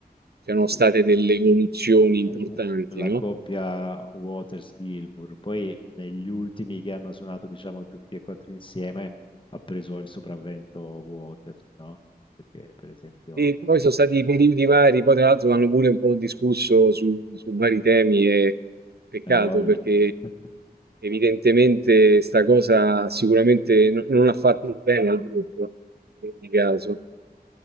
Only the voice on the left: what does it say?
il
U- u- la
coppia Waters-Gilmour, poi negli ultimi che hanno suonato, diciamo, tutti e quattro insieme, ha preso il sopravvento Waters, no? Perché, per esempio,
hai voglia.
<laughs>